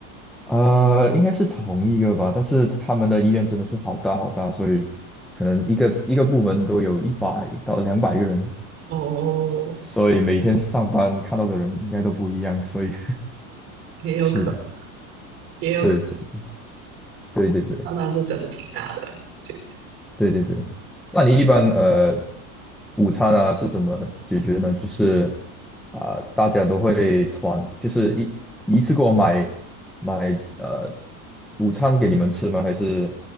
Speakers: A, in the centre; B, on the right.
A: 呃，应该是同一个吧，但是他们的医院真的是好大好大，所以可能一个一个部门都有一百到两百个人，
B: 哦，
A: 所以每天上班看到的人应该都不一样，所以
B: 也有可，
A: <laughs> 是的，
B: 也有可
A: 对对对对。
B: 能，那是真的挺大的。对，
A: 对对对，那你一般呃午餐啊是怎么解决呢？就是啊、大家都会团，就是一一次给我买买呃午餐给你们吃吗？还是